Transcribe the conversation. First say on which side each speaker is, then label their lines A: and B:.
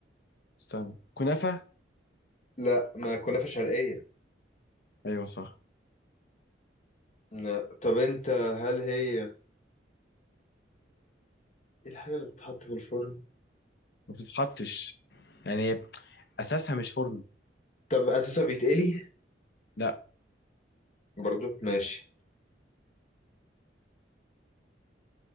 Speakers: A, on the left (about 60°); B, on the left (about 40°).
A: استنى كنافه
B: لا ما كنافة شرقية
A: ايوه صح
B: لا. طب انت هل هي ايه الحاجة اللي بتتحط في الفرن
A: ما بتتحطش يعني اساسها مش فرن
B: طب أساسا بيتقلي
A: لا
B: برضو ماشي